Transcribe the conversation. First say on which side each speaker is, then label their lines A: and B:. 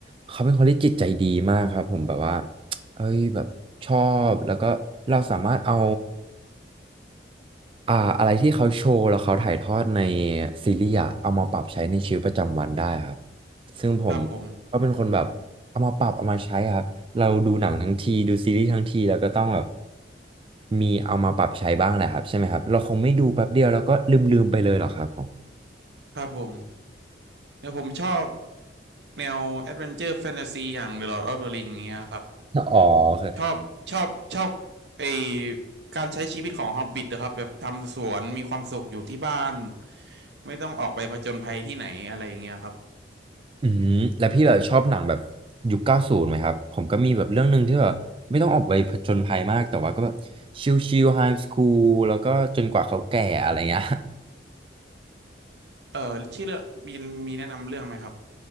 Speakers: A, on the right (about 30°); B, on the right (about 65°).
A: เขาเป็นคนที่จิตใจดีมากครับผมแบบว่า เอ้ยแบบชอบแล้วก็เราสามารถเอาอ่าอะไรที่เขาโชว์แล้วเขาถ่ายทอดในซีรีส์อะเอามาปรับใช้ในชีวิตประจำวันได้ครับซึ่งผม
B: ครับผม
A: ก็เป็นคนแบบเอามาปรับเอามาใช้ครับเราดูหนังทั้งทีดูซีรีส์ทั้งทีแล้วก็ต้องแบบมีเอามาปรับใช้บ้างแหละครับใช่ไหมครับเราคงไม่ดูแป๊บเดียวแล้วก็ลืมๆไปเลยหรอกครับผม
B: ครับผมแล้วผมชอบแนวแอดเวนเจอร์แฟนตาซีอย่าง The Lord of the Ring เงี้ยครับ
A: อ๋อโอเค
B: ชอบชอบชอบไอการใช้ชีวิตของฮอบบิ t นะครับแบบทำสวนมีความสุขอยู่ที่บ้านไม่ต้องออกไปผจญภัยที่ไหนอะไรอย่างเงี้ยครับ
A: อืมแล้วพี่แบบชอบหนังแบบยุคเก้าศูนย์ไหมครับผมก็มีแบบเรื่องหนึ่งที่แบบไม่ต้องออกไปผจญภัยมากแต่ว่าก็แบบชิลๆไฮสคูลแล้วก็จนกว่าเขาแก่อะไรเงี้ย
B: เออชื่อเรื่องมีมีแนะนำเรื่องไหมครับ